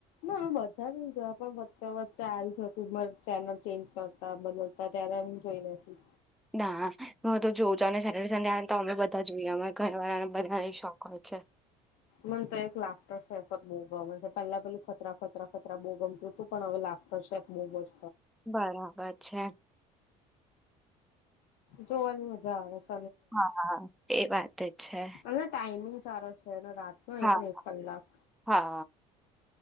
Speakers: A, on the left; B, in the centre.
A: ના બધા નહી જોયા પણ વચ્ચે વચ્ચા આવી જતું મ ચેનલ ચેન્જ કરતા બદલતા ત્યારે હું જોઈ લેતી.
B: ના હું તો જોઉં છું અને સેટરડે સન્ડે આવે ને તો અમે બધા જોઈએ અમે ઘરવાળાને બધાને શોખ હોય છે
A: મને તો એક લાસ્ટર શેફ અજ બહુ ગમે છે. પેલા પેલું ખતરા ખતરા ખતરા બહુ ગમતું તું પણ હવે લાસ્ટર શેફ બહુ અજ
B: બરાબર છે.
A: જોવાની મજા આવેશ
B: હા હા એ વાત તે છે.
A: અને ટાઈમિંગ સારો છ છે એનો રાત નો
B: હા
A: એ પણ એક કલાક.
B: હા